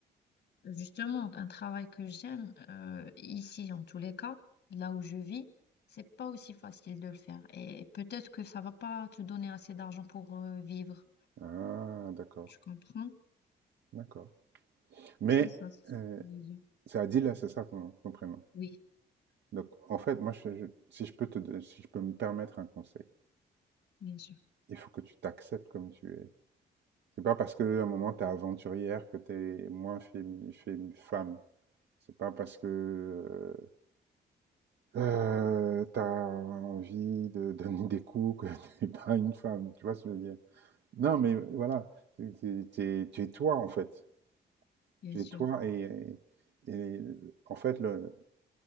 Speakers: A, on the left; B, on the right.
A: Justement, un travail que j'aime, euh, ici en tous les cas, là où je vis, c'est pas aussi facile de le faire. Et peut-être que ça va pas te donner assez d'argent pour euh, vivre.
B: Ah, d'accord,
A: Tu comprends?
B: d'accord. Mais
A: C'est ça, c'est ce
B: euh,
A: que je voulais dire.
B: c'est Adila, c'est ça ton, ton prénom.
A: Oui,
B: Donc, en fait, moi, je- je- si je peux te, don- si je peux me permettre un conseil,
A: bien sûr,
B: il faut que tu t'acceptes comme tu es. C'est pas parce que à un moment t'es aventurière que t'es moins fémi, fémi- femme. C'est pas parce que euh, tu t'as envie de donner des coups que <laughs> t'es pas une femme. Tu vois ce que je veux dire? Non, mais voilà, c'est- c'est- t'es- tu es toi en fait.
A: bien
B: Tu
A: sûr.
B: es toi et, et- et, en fait le,